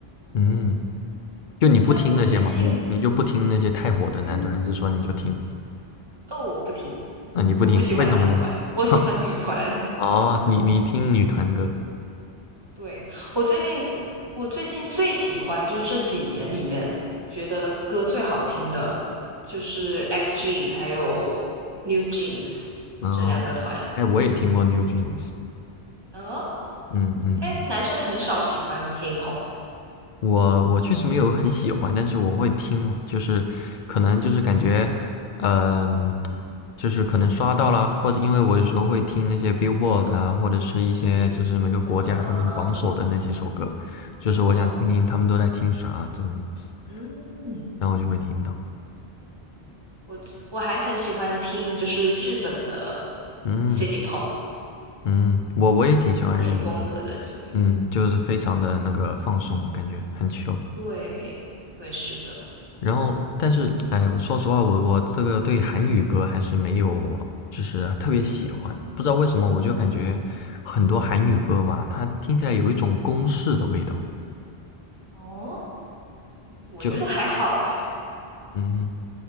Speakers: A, on the left; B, on the right.
A: 嗯，就你不听那些嘛，
B: 但我最近，
A: 你你就不听那些太火的男团，
B: 嗯，
A: 还是说你就听？
B: 哦，我不听，
A: 那、你不听，
B: 我不喜欢男团，
A: 为什么呢？
B: 我喜欢女团。
A: <laughs> 哦，你你听女团歌，
B: 对，我最近，我最近最喜欢就是这几年里面觉得歌最好听的，就是 XG 还有 NewJeans
A: 嗯，
B: 这两个团。
A: 哎，我也听过 New Jeans，
B: 哦，
A: 嗯嗯，
B: 哎，男生很少喜欢 K-pop 的。
A: 我我确实没有很喜欢，但是我会听嘛，就是可能就是感觉，嗯、就是可能刷到啦，或者因为我有时候会听那些 Billboard 啊，或者是一些就是每个国家他们榜首的那几首歌，
B: 嗯嗯啊，
A: 就是我想听听他们都在听啥这种意思，
B: 哦，嗯，
A: 然后我就会听到，
B: 我我还很喜欢听就是日本的
A: 嗯
B: City Pop
A: 嗯，我我也挺喜欢日语的，
B: 那种风格的音乐。
A: 嗯，就是非常的那个放松，感觉很 chill。
B: 对，对，是的。
A: 然后，但是，哎，我说实话，我我这个对韩语歌还是没有，就是特别喜欢。不知道为什么，我就感觉很多韩语歌吧，
B: 嗯，
A: 它听起来有一种公式的味道。
B: 哦，我觉得还好哎。
A: 就，嗯，